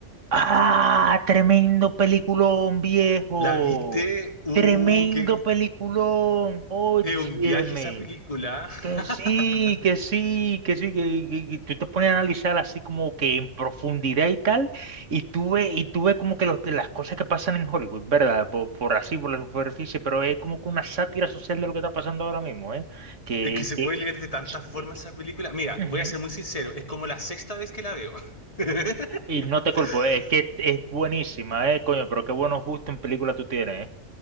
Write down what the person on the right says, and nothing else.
¡Ah! Tremendo peliculón, viejo.
Tremendo
peliculón. Óyeme.
Que
sí, que sí, que sí, que, que- que tú te pones a analizar así como que en profundidad y tal, y tú ves, y tú ves como que los- las cosas que pasan en Hollywood, ¿verdad? Por, por así, por la superficie, pero es como que una sátira social de lo que está pasando ahora mismo, ¿eh? Que,
que,
eh,
ujú.
Y no te culpo, eh, es que es buenísima, ¿eh? Coño, pero qué buenos gustos en película tú tienes, ¿eh?